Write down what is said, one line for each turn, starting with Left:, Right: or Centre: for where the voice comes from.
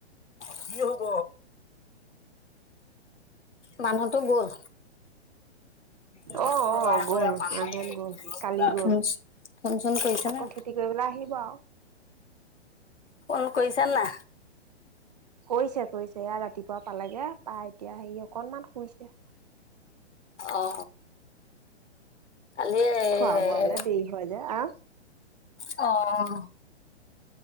Left: কি হ'ব মানুহটো গ'ল <unintelligible>
Right: অ', অ', গ'ল মানুহজন গ'ল কালি গ'ল
Left: ফোন চোন কৰিছে
Right: আকৌ
Left: নে
Right: খেতি কৰিবলৈ আহিব আৰু
Left: ফোন কৰিছা না
Right: কৰিছে কৰিছে এয়া ৰাতিপুৱা পালেগে পাই এতিয়া সেই অকনমান শুইছে
Left: অঁ কালি এএ
Right: খোৱা বোৱালে দেৰি হয় যে আহ
Left: অ অ